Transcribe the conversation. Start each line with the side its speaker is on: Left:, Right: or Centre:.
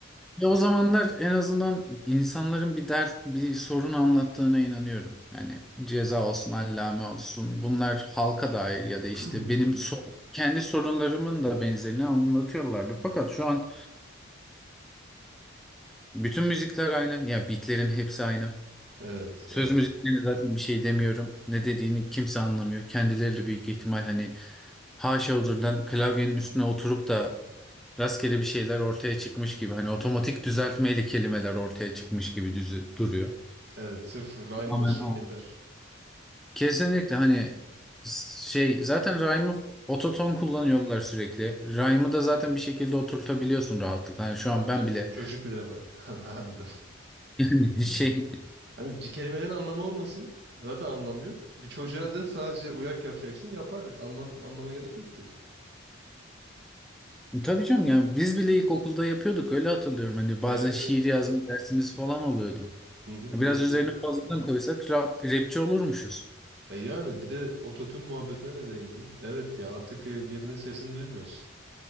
Centre: Ya o zamanlar en azından insanların bir dert, bir sorun anlattığına inanıyorum. Yani ceza olsun, allame olsun. Bunlar halka dair ya da işte
Right: <clears throat> Hı
Centre: benim
Right: hı.
Centre: so- kendi sorunlarımın da benzerini anlatıyorlardı. Fakat şu an bütün müzikler aynı. Ya beatlerin hepsi aynı.
Right: Evet,
Centre: Söz
Right: evet,
Centre: müziklerine zaten bir şey demiyorum. Ne dediğini kimse anlamıyor. Kendileri de büyük ihtimal hani haşa huzurdan klavyenin üstüne oturup da rastgele bir şeyler ortaya çıkmış gibi. Hani otomatik düzeltmeyle kelimeler ortaya çıkmış gibi düzü, duruyor.
Right: evet. Sırf rhyme
Centre: Aman
Right: olsun
Centre: aman.
Right: yeter.
Centre: Kesinlikle hani şey zaten rhyme'ı ototon kullanıyorlar sürekli. Rhyme'ı da zaten bir şekilde oturtabiliyorsun rahatlıkla. Hani şu
Right: Tabii
Centre: an ben
Right: canım,
Centre: bile
Right: ç- çocuk bile var. <laughs> Harbiden.
Centre: <laughs> yani şey
Right: Hani c- kelimelerin anlamı olmasın. Zaten anlam yok. Bir çocuğa da sadece uyak yapacaksın yapar. Anlam, anlama gerek yok ki.
Centre: Tabii canım yani biz bile ilkokulda yapıyorduk öyle hatırlıyorum. Hani bazen
Right: Evet
Centre: şiir
Right: evet.
Centre: yazma dersimiz falan oluyordu.
Right: Hı hı,
Centre: Biraz
Right: doğru
Centre: üzerine
Right: doğru.
Centre: fazladan koysak rap, rapçi olurmuşuz.
Right: E yani bir de ototun muhabbetine de değindin. Evet ya artık e, birinin sesini duymuyoruz.